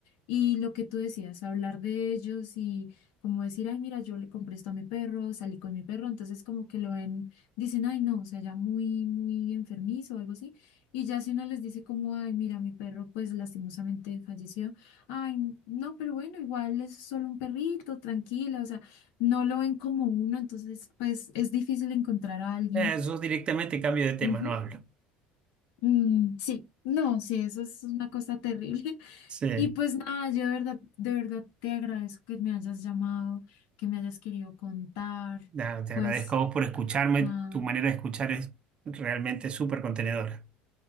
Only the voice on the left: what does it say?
Y lo que tú decías, hablar de ellos y como decir, ay, mira, yo le compré esto a mi perro, salí con mi perro, entonces como que lo ven, dicen, ay, no, o sea, ya muy, muy enfermizo o algo así. Y ya si uno les dice como, ay, mira, mi perro pues lastimosamente falleció, ay, no, pero bueno, igual es solo un perrito, tranquila, o sea, no lo ven como uno, entonces pues es difícil encontrar a alguien
Ujú.
Mm, sí, no, sí, eso es una cosa terrible. <laughs>
Y pues nada, yo de verdad, de verdad te agradezco que me hayas llamado, que me hayas querido contar.
Pues
nada,